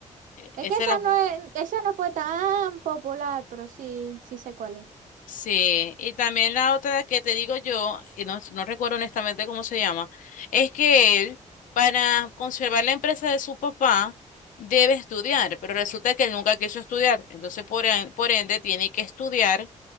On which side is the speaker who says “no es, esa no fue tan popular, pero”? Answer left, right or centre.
Right